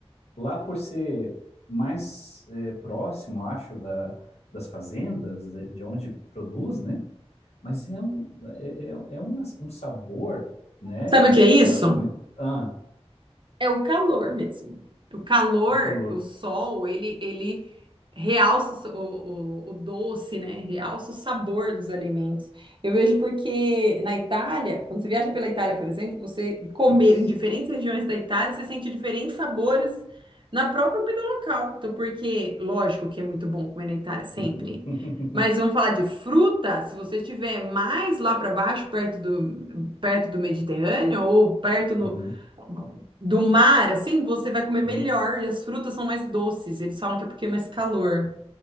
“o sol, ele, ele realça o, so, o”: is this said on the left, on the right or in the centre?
Right